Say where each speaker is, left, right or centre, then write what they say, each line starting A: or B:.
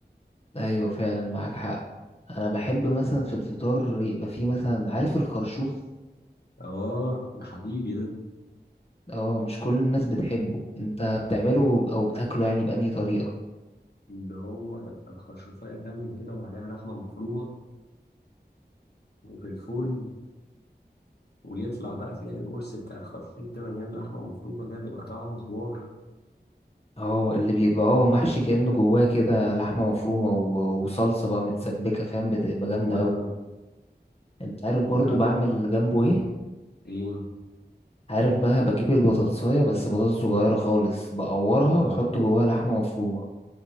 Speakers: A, on the left; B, on the left.
A: ايوه فعلا معاك حق انا بحب مثلا في الفطار يبقى فيه مثلا عارف الخرشوف
B: اه ده حبيبي ده
A: اه مش كل الناس بتحبه انت بتعمله او بتاكله يعني بأنهي طريقة
B: اللي هو تبقى الخرشوفاية كاملة كده وعليها لحمة مفرومة وفي الفرن ويطلع بقى تلاقي القرص بتاع الخرشوف ده مليان لحمة مفرومة كده بيبقى طعمه حوار
A: اه اللي بيبقى اه محشي كأنه جواه كده لحمة مفرومة و- وصلصة بقى متسبكة فاهم بتبقى جامدة
B: هو
A: قوي
B: ده
A: انت عارف برضو
B: انت عندك
A: بعمل جنبه ايه
B: ايه
A: عارف بقى بجيب البطاطساية بس بطاطس صغيرة خالص بقورها
B: اه
A: واحط جواها لحمة مفرومة